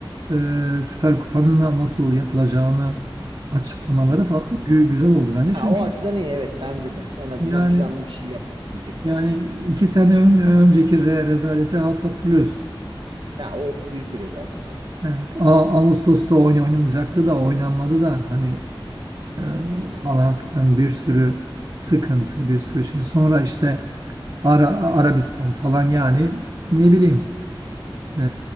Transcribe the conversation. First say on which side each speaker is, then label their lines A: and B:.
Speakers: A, on the right (about 45°); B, on the right (about 70°).
A: e, Süper Kupa'nın na- nasıl yapılacağını açıklamaları
B: Hı.
A: falan gü- güzel oldu bence.
B: Ha,
A: Çünkü
B: o açıdan iyi evet bence de. En azından
A: yani
B: planlı bir şey yaptık diyecekler.
A: yani iki sene ön- önceki re- rezaleti hat hatırlıyorsun.
B: Ya o büyük bir rezalet canım.
A: Evet, A- Ağustos'ta oyun oynanacaktı da oynanmadı da hani e,
B: Evet evet.
A: falan filan bir sürü sıkıntı, bir sürü şey. Sonra işte Ara Arabistan falan yani ne bileyim e,